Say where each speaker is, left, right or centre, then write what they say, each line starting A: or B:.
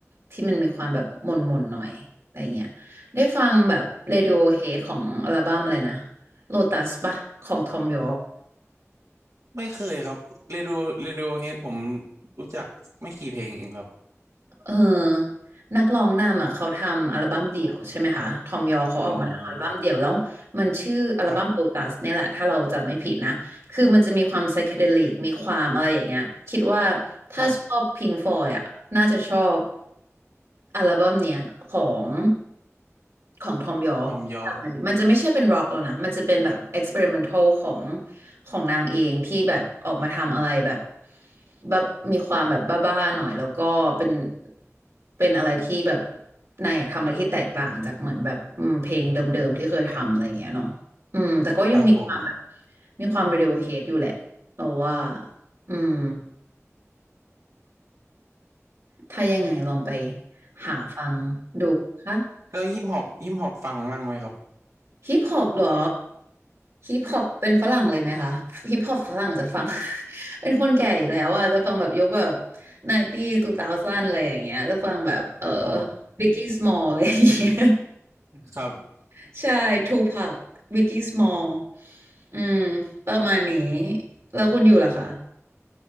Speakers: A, on the right; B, on the right.
A: ที่มันมีความแบบหม่นหม่นหน่อยอะไรเงี้ยได้ฟังแบบ Radiohead ของอัลบั้มเลยนะ Lotus ปะของ Thom Yorke
B: ไม่เคยครับเรดิโอเรดิโอเฮดผมรู้จักไม่กี่เพลงเองครับ
A: เออนักร้องนำอ่ะเขาทำอัลบั้มเดี่ยวใช่ไหมคะ ทอมยอเขาออกมาทำอัลบั้มเดี่ยวแล้วมันชื่ออัลบั้มโ
B: อ๋อครับ
A: o ตัสเนี่ยแหละ ถ้าเราจำไม่ผิดนะ คือมันจะมีความไซเคเดลิก มีความอะไรอย่างเงี้ยคิดว่าถ้าชอบพิงฟอยอ่ะน่าจะชอบ
B: ครับ
A: อัลบั้มเนี้ยของของทอมยอใช่มันจะไม่ใช่เป็นร็อกแล้วนะ
B: ทอมยอร์ก
A: มันจะเป็นแบบเอ็กซ์เพร์เมนทัลของ ของนางเองที่แบบออกมาทำอะไรแบบแบบมีความแบบบ้าๆหน่อยแล้วก็เป็นเป็นอะไรที่แบบนางอยากทำอะไรที่แตกต่างจากเหมือนแบบอืมเพลงเดิมๆที่เคยทำอะไรอย่างเงี้ยเนาะอืมแต่ก็ยังมีความแบบ
B: ครับผม
A: มีความเร d ว o เฮดอยู่แหละเราว่าอืมถ้ายังไงลองไปหาฟังดูค่ะ
B: แล้วฮิปฮอปฮิปฮอปฟังบ้างไหมครับ
A: ฮิปฮอปเหรอฮิปฮอปเป็นฝรั่งเลยไหมคะฮิปฮอปฝรั่งจะฟัง <laughs> เป็นคนแก่อีกแล้วอ่ะจะฟังแบบยกแบบไนตี้ทูเทาซันอะไรอย่างเงี้ยจะฟังแบบเออ
B: อ๋อ
A: บิกกี้สมอลอะไรอย่างเงี้ย
B: ครับ
A: <laughs> ใช่ทูพักบิกกี้สมอลอืมประมาณนี้แล้วคนอยู่ล่ะคะ